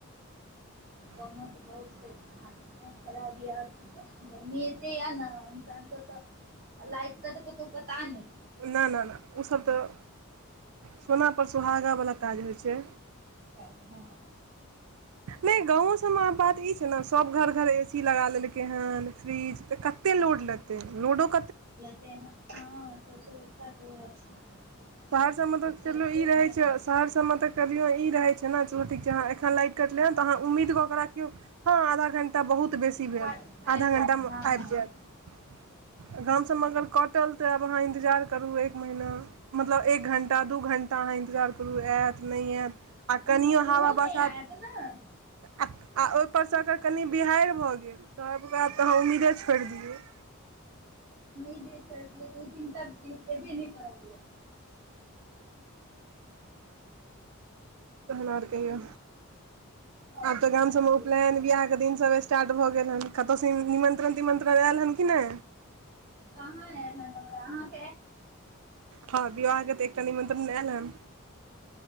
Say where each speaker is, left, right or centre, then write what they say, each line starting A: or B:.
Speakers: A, on the right; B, on the right.
A: <unintelligible>
B: ब तऽ बहुत खराब य गर्मी एतै य ने इन्सानके तऽ <unintelligible> आ लाइक क तऽ क तऽ पता नै
A: नऽ नऽ नऽ उ सब तऽ सोनापर सुहागावला काज होइ छै
B: हँ <unintelligible>
A: नै गाँवो सबमे बात ई छै ने सब घर घर एसी लगा लेलकै हन फ्रिज तऽ कते लोड लत्तै लोडोे
B: ते हँ सब त बड़का त बात छै <unintelligible>
A: सहरसबमे तऽ
B: ओते
A: चलो
B: अथियो
A: ई रहे
B: तऽ नहि
A: छै
B: रहै
A: सहर सब मे तऽ करियो ई रहै छै ने चलु ठीक छै एखन लाइट कटले ह तऽह उम्मीद क के राखियौ ह आधा घंटा एत्तऽ बहु बेसी
B: आबि
A: यै आधा
B: जायत
A: घंटामे
B: हँ
A: आबि
B: हँ
A: जाइत गामसबमे अगर कटल तऽ आब अहाँ इन्तजार करू एक महीना मतलब एक घण्टा दू घण्टा अहा इन्तजार करू एत नै एत आ
B: हँ
A: कनियो
B: ओहो
A: हाबा
B: नहि
A: बसात
B: आयत ने
A: आ ओहिपरसँ अगर कनि बिहड़ि भऽ गेल तऽब तऽ अहा उम्मीदे छोड़ि दियौ <unintelligible>
B: छोइर दियौ त दू दिन तक दु दिन तक एबे नै करत
A: तहन आर कहियौ
B: आओर
A: आब
B: से
A: तऽ गाम
B: ठीक
A: सबमे उपनयन
B: छै
A: बियाह के दिन सब स्टार्ट भऽ गेल ह कतहुसँ निमन्त्रण तिमन्त्रण आयल हन कि नै
B: कहाँ आ जाना बड़ा अहाँ <unintelligible>
A: हँ वियाह के तऽ एकटा निमंत्रण आयल हन